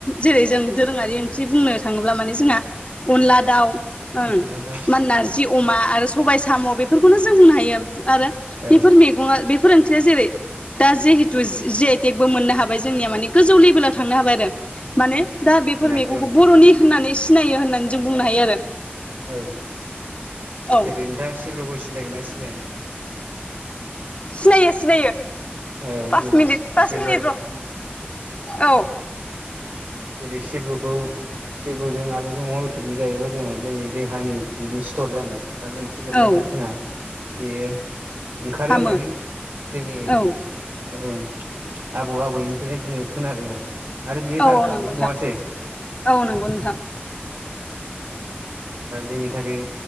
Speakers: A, on the left; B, on the right.
A: जेरै जों दोरोङारि ओंख्रि बुंनो थाङोब्ला माने जोंहा अनला दाउ उम
B: अनला दाउ
A: माहोनो नारजि अमा आरो सबाय साम' बेफोरखौनो जों बुंनो हायो आरो
B: ए
A: फोर मैगंआ बेफोर ओंख्रिया जेरै दा जिहेतु जे आइटेकबो मोननो हाबाय जोंनिया माने गोजौ लेभेलाव थांनो हाबाय आरो माने दा बेफोर
B: नारजि
A: मैगंखौ
B: अनला
A: बर'नि होननानै सिनायो होननानै जों बुंनो हायो आरो
B: औ
A: औ
B: जेरै नोंथाङ सिब्रबो सिनायगोन ना सिनाया
A: सिनायो सिनायो।
B: औ
A: पास
B: जेरै
A: मिनिट पास
B: सिब्रुआ
A: मिनिट र' औ
B: जेरै सिब्रुखौ सिब्रुजों आलुजों अमा बेदरजों जायोबा जोंहा जोंनि देहानि बिदि सिथर जानाय बा खिथि बेरनायफ्रा
A: औ
B: जोंहा बेयो ओंखारो
A: हामो
B: होननानै जोंनि
A: औ
B: औ आबौ आबौनिफ्रायनो जोङो खोनादों आरो आरो बेयो
A: औ
B: थार खाबो
A: औ नंगौ नोंथां
B: नंङासै
A: औ नंगौ नोंथां
B: दा जोंनि थाखाय